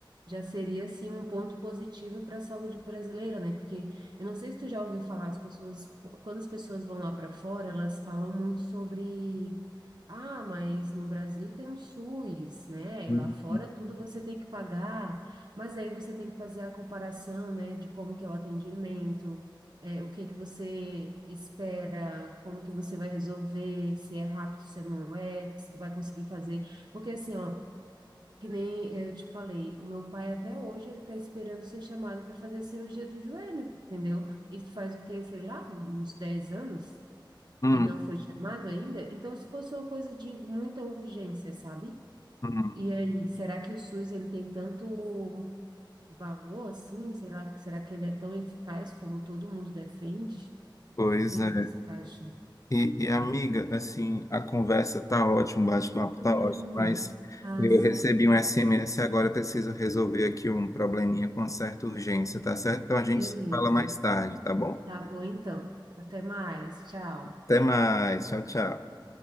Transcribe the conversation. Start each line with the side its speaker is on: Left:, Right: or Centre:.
Right: Já seria assim um ponto positivo para a saúde brasileira, né? Porque eu não sei se tu já ouviu falar, as pessoas, quando as pessoas vão lá para fora, elas falam muito sobre, ah, mas no Brasil tem um SUS, né?
Left: Hum,
Right: E lá fora tudo você tem que pagar, mas aí você tem que fazer a comparação, né, de como que é o atendimento, é, o que que você espera, como que você vai resolver, se é rápido, se não é, se tu vai conseguir fazer porque assim, ó, que nem eu te falei, o meu pai até hoje ele tá esperando ser chamado para fazer a cirurgia do joelho, entendeu? Isso faz o quê, sei lá, uns 10 anos
Left: hum,
Right: e não foi chamado ainda. Então, se fosse uma coisa de muita urgência, sabe?
Left: hum.
Right: E aí, será que o SUS ele tem tanto valor assim? Será, será que ele é tão eficaz como todo mundo defende?
Left: Pois
Right: O que
Left: é.
Right: que você acha?
Left: E, e, amiga, assim, a conversa tá ótima, o bate-papo
Right: Hum,
Left: tá ótimo, mas
Right: ah,
Left: eu
Right: sim.
Left: recebi um SMS agora, eu preciso resolver aqui um probleminha com certa urgência, tá certo? Então a gente
Right: Beleza.
Left: se fala mais tarde, tá bom?
Right: Tá bom então. Até mais. Tchau.
Left: Até mais, tchau, tchau.